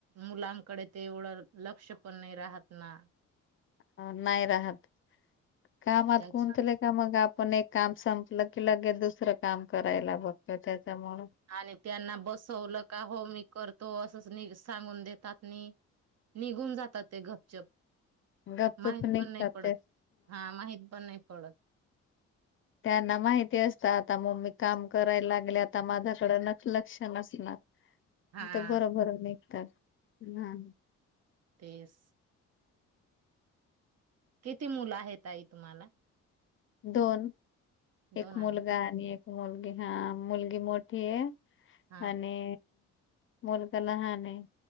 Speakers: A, on the right (about 55°); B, on the left (about 45°).
A: मुलांच कडे ते एवढं लक्ष पण नाही राहत ना.
B: अ नाही राहत. कामात
A: त्याची
B: गुंतले का मग आपण एक काम संपलं की लगेच दुसरं काम करायला बघतो त्याच्यामुळे
A: आणि त्यांना बसवलं का हो मी करतो असंच नि सांगून देतात नी निघून जातात ते घपचप
B: गपचूप
A: माहित
B: निघतात
A: पण नाही पडत
B: ते
A: हा माहित पण नाही कळत.
B: त्यांना माहिती असतंं आता मम्मी काम करायला लागले आता माझ्याकडं न लक्ष्य नसणार.
A: हा
B: तर बरोबर निघतात हा.
A: तेच किती मुलं आहे ताई तुम्हाला?
B: दोन एक
A: दोन
B: मुलगा
A: आहे का
B: आणि एक मुलगी. हा मुलगी मोठी आहे.
A: हा
B: आणि मुलगा लहान आहे